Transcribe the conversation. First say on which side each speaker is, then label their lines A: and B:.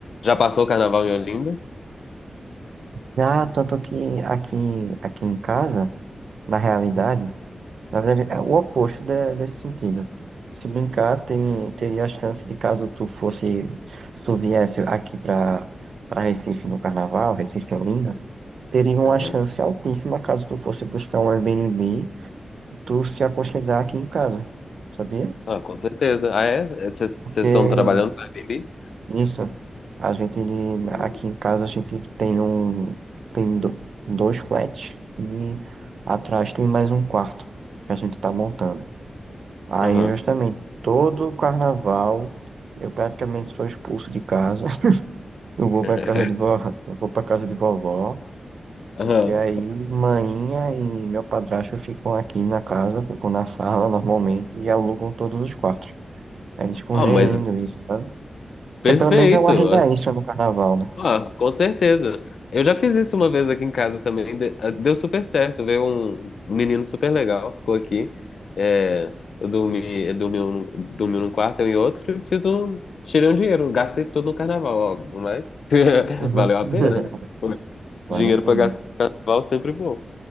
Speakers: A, on the left; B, on the right.
A: já passou o carnaval em Olinda?
B: Já, tanto que aqui, aqui em casa, na realidade, na verdade, é o oposto de- desse sentido. Se brincar, tem, teria a chance de caso tu fosse, se tu viesse aqui pra, pra Recife no Carnaval, Recife e Olinda, teria uma
A: Aham.
B: chance altíssima caso tu fosse buscar um Airbnb, tu se aconchegar aqui em casa, sabia?
A: Ah, com certeza. Ah, é? É, Vocês
B: Porque
A: vocês estão trabalhando no Airbnb?
B: Isso. A gente,
A: Hum.
B: aqui em casa, a gente tem um, tem do- dois flats e atrás tem mais um quarto que a gente tá montando. Aí,
A: Aham.
B: justamente, todo carnaval, eu praticamente sou expulso de casa. <laughs> Eu vou
A: <laughs>
B: pra casa de vó, eu vou pra casa de vovó,
A: Aham.
B: porque aí mainha e meu padrasto ficam aqui na casa, ficam na sala normalmente e alugam todos os quartos. Aí Eles ficam
A: Ah,
B: gerindo
A: mas
B: isso, sabe? Porque
A: perfeito.
B: pelo menos é uma renda extra no carnaval, né?
A: Ah, com certeza. Eu já fiz isso uma vez aqui em casa também. de- ah, Deu super certo. Veio um, um menino super legal, ficou aqui. É, eu dormi, eu dormi, um, dormi num quarto, eu em outro, e fiz um. Tirei um dinheiro, gastei tudo no carnaval, óbvio, mas <laughs>
B: Exato.
A: valeu a
B: <laughs>
A: pena, né? Poxa,
B: Vale
A: Dinheiro
B: a pena.
A: pra gastar no carnaval é sempre bom.